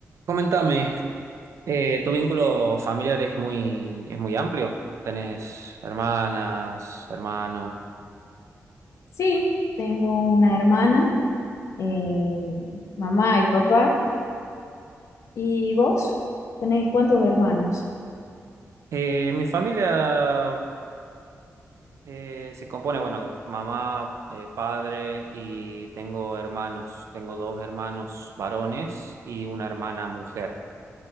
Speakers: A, on the right; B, on the left.
A: Coméntame, eh, ¿tu vínculo familiar es muy, es muy amplio? ¿Tenés hermanas, hermanos?
B: Sí, tengo una hermana, eh, mamá y papá. ¿Y vos? ¿Tenéis cuántos hermanos?
A: Eh, mi familia eh, se compone, bueno, de mamá, eh, padre y tengo hermanos. Tengo dos hermanos varones y una hermana mujer.